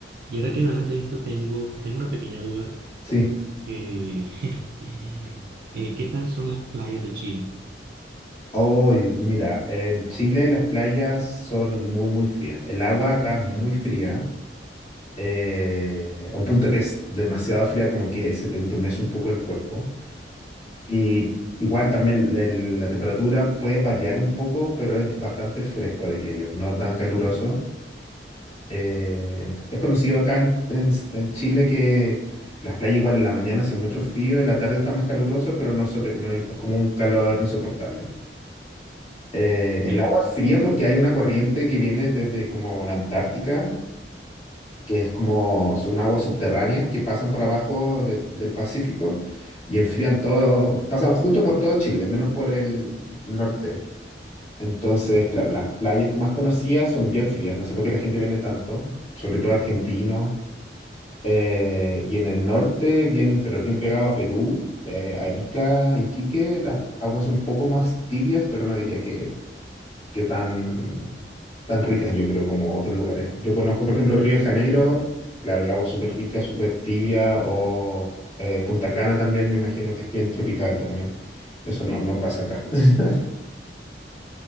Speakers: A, on the right (about 60°); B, on the left (about 35°).
A: Y ahora que me hablas de esto, tengo, tengo una pequeña duda
B: sí.
A: que, <laughs> eh, ¿qué tal son las playas de Chile?
B: Hoy, mira, en Chile las playas son muy, muy frías. El agua acá es muy fría. eh, a un punto que es demasiado fría, como que se te entumece un poco el cuerpo. Y igual también la la temperatura puede variar un poco, pero es bastante fresco, diría yo, no tan caluroso. Eh, es conocido acá en, en- en Chile que las playas igual en la mañana hace mucho frío, en la tarde está más caluroso, pero no sobre, no hay- es como un calor insoportable. Eh,
A: Eh,
B: el agua es fría porque hay una corriente que viene desde como la Antártica que es como son aguas subterráneas que pasan por abajo de- del Pacífico y enfrían todo, pasan justo por todo Chile, menos por el norte. Entonces, claro, las playas más conocidas son bien frías, no sé por qué la gente viene tanto, sobre todo argentinos. Eh, y en el norte, bien, pero es bien pegado a Perú, eh, Arica, Iquique, las aguas son un poco más tibias, pero no diría que que tan, tan ricas, yo creo, como otros lugares. Yo conozco, por ejemplo, Río de Janeiro, claro, el agua es súper rica, súper tibia, o eh, Punta Cana también, me imagino que es bien tropical también. Eso no, no pasa acá. <laughs>